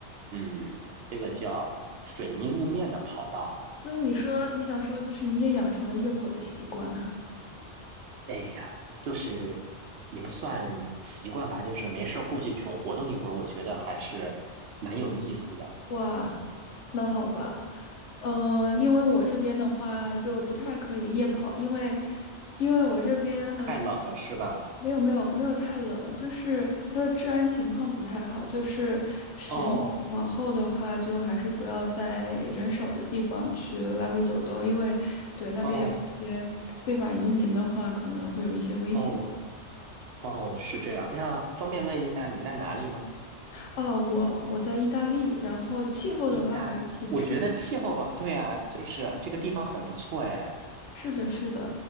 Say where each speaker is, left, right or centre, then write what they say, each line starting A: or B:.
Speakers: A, on the right; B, on the left.
A: 嗯，这个叫水泥路面的跑道。
B: 所以你说你想说，就是你也养成了夜跑的习惯。
A: 哎呀，就是也不算习惯吧，就是没事儿过去去活动一会儿，我觉得还是蛮有意思的。
B: 哇，那好吧，嗯、因为我这边的话就不太可以夜跑，因为因为我这边的
A: 太冷了是吧？
B: 没有没有没有太冷，就是它的治安情况不太好，就是十一往后的话，
A: 哦
B: 就还是不要在人少的地方去来回走动，因为对那边有一些非法移民的话，
A: 哦
B: 可能会有一些危险。
A: 哦哦，是这样。那方便问一下你在哪里吗？
B: 哦，我我在意大利，然后气候的话还是挺适合。
A: 意大利，我觉得气候啊，对啊，就是这个地方很不错哎。
B: 是的，是的，